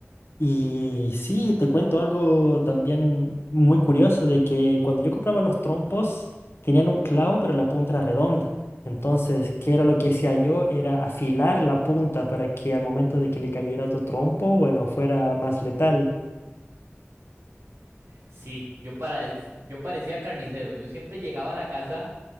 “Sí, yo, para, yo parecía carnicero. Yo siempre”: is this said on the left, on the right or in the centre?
Right